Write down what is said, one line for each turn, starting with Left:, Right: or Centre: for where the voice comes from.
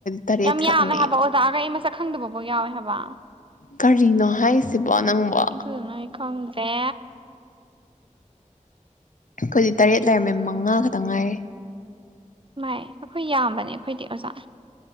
Left: ꯇꯔꯦꯠ
Right: ꯌꯥꯝ
Left: ꯈꯛꯅꯦ
Right: ꯌꯥꯃꯦ ꯍꯟꯕꯥ ꯑꯣꯖꯒꯩ ꯑꯩ ꯃꯥ ꯁꯛꯈꯪꯗꯕꯐꯥꯎ ꯌꯥꯎꯋꯦ ꯍꯥꯏꯕ
Left: ꯀꯔꯤꯅꯣ ꯍꯥꯏꯁꯤꯕꯣ ꯅꯪꯕꯣ
Right: ꯑꯗꯨꯗꯨꯅ ꯑꯩ ꯈꯪꯗ꯭ꯔꯦ
Left: ꯑꯩꯈꯣꯏꯗꯤ ꯇꯔꯦꯠ ꯂꯩꯔꯝꯃꯦ ꯃꯉꯥ ꯈꯛꯇꯪ ꯉꯥꯏꯔꯦ
Right: ꯚꯥꯏ ꯑꯩꯈꯣꯏ ꯌꯥꯝꯕꯅꯦ ꯑꯩꯈꯣꯏꯗꯤ ꯑꯣꯖꯥ